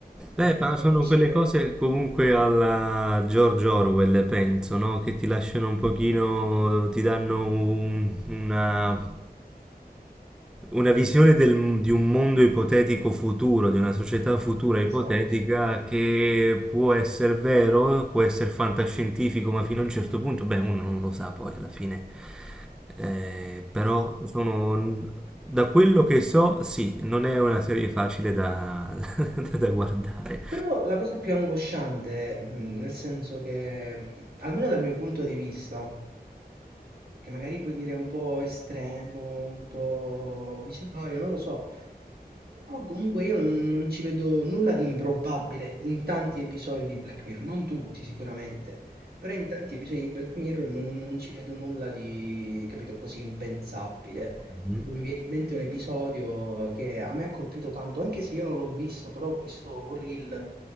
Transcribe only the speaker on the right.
Eh,
sì,
angosciante.
Esatto.
Però la cosa più angosciante, mh, nel senso che, mh, almeno dal mio punto di vista, che magari puoi dire è un po' estremo, un po' visionario, non lo so. Però comunque io non, non ci vedo nulla di improbabile in tanti episodi di Black Mirror, non tutti sicuramente, però in tanti episodi di Black Mirror non, non ci vedo nulla di, capito, così impensabile.
Tipo, mi viene in mente un episodio che a me ha colpito tanto, anche se io non l'ho visto, però ho visto un reel